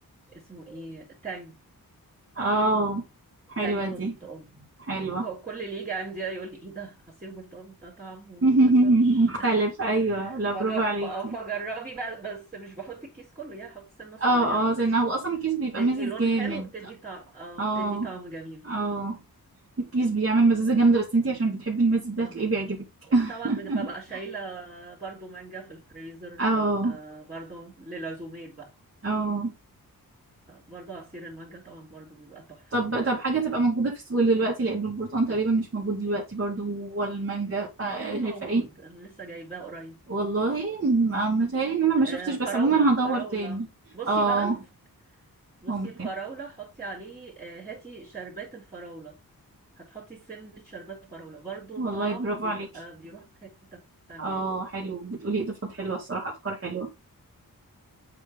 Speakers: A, on the right; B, on the right.
A: اسمه ايه تانج
B: اه حلوة
A: تانج برتقال
B: دي حلوة
A: هو كل اللي يجي عندي يقول لي ايه ده عصير برتقال ده طعمه ما
B: <laughs>
A: حصلش
B: مختلف ايوه
A: <laughs>
B: لا برافو
A: فج-
B: عليكي
A: ف- فجربي بقى بس مش بحط الكيس كله يعني احط سنه صغيره
B: اه
A: بس
B: اه زي هو اصلا الكيس بيبقى
A: بتدي
B: مزز
A: لون
B: جامد
A: حلو وبتدي طعم اه
B: اه
A: بتدي طعم جميل
B: اه الكيس بيعمل مزازة جامدة بس انتي عشان بتحبي المزز ده
A: اه
B: هتلاقيه بيعجبك
A: طبعا
B: <laughs>
A: ببقى شايلة برضو مانجا في الفريزر
B: اه
A: ببقى برضو للعزومات بقى
B: اه
A: برضو عصير المانجا طبعا برضو بيبقى تحفة
B: طب
A: يعني
B: طب حاجة تبقى موجودة في السوق دلوقتي لأن البرتقال تقريبا مش موجود دلوقتي برضو والمانجا فشايفة
A: متهيألي موجود
B: ايه
A: أنا لسه جايباه قريب
B: والله ما- متهيألي ان انا ما شفتش
A: آه
B: بس
A: فراولة
B: عموما هدور
A: فراولة
B: تاني
A: بصي
B: اه
A: بقى الف... بصي
B: ممكن
A: الفراولة حطي عليه آه هاتي شربات الفراولة هتحطي سنة شربات فراولة برضو
B: والله
A: الطعم
B: برافو
A: بيبقى
B: عليكي
A: بيروح في حتة تانية
B: اه
A: يعني
B: حلو بتقولي اضافات حلوه الصراحه افكار حلوه